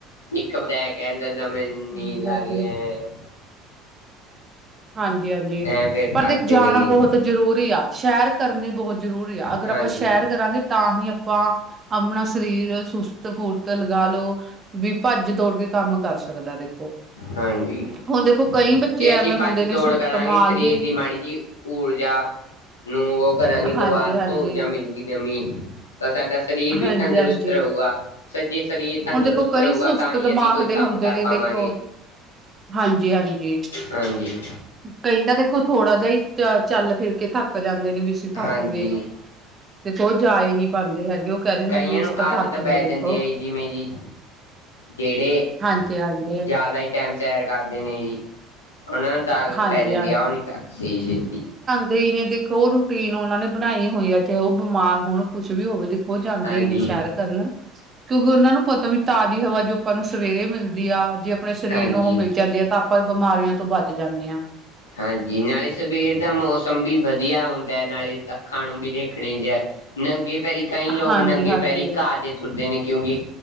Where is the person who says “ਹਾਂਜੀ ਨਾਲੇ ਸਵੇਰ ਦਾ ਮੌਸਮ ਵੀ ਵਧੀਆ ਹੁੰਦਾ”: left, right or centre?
Left